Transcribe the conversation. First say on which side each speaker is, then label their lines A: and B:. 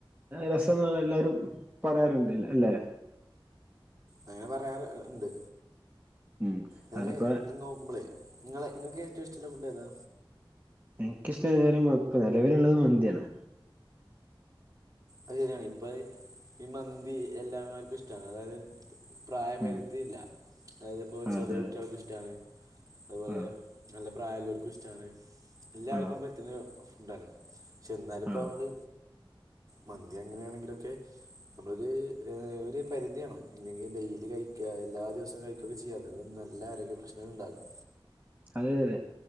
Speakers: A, on the right (about 20°); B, on the right (about 40°).
A: രസം ന്ന് ള്ള എല്ലാരും പറയാറുണ്ട് അല്ലെ
B: അങ്ങനെ പറയാറ് ഇണ്ട്
A: ഉം
B: ഞാന്
A: അതിപ്പ
B: ഇങ്ങനെ നോക്കുമ്പളേ നിങ്ങളെ ഇങ്ങൾക്ക് ഏറ്റും ഇഷ്ട്ടള്ള ഫുഡ്ഏതാ
A: ഇൻക്ക്ഷ്ടം എതാലും പ്പം നിലവില് ഇള്ളത് മന്തി ആണ്
B: അഹ് ശരിയാണ് ഇപ്പൊ ഈ മന്തി എല്ലമാർക്കും ഇഷ്ടാണ് അതായത് പ്രായപരിധി
A: ഉം
B: ഇല്ല അതായത് ഇപ്പോ
A: ആഹ്
B: ചെറിയ
A: അതെ അതെ
B: കുട്ട്യോൾക്ക് ഇഷ്ടാണ് അതുപോലെ
A: ആഹ്
B: നല്ല പ്രായള്ളോർക്കും ഇഷ്ടമാണ് എല്ലാർക്കും
A: ആഹ്
B: പറ്റുന്നൊരു ഫുഡാണ് ഛെ ന്നാലും ഇപ്പോ
A: ആഹ്
B: നമ്മള് മന്തി അങ്ങനെയാണെങ്കിലൊക്കെ നമ്മളൊര് ഏഹ് ര്പരിധി വേണം ഇല്ലെങ്കിൽ ഡെയിലി കഴിക്ക എല്ലാ ദിവസവും കഴി കൊ കെചെയ്യതെ നല്ല ആരോഗ്യ പ്രശ്നങ്ങള് ഇണ്ടാകും
A: അതെ അതെ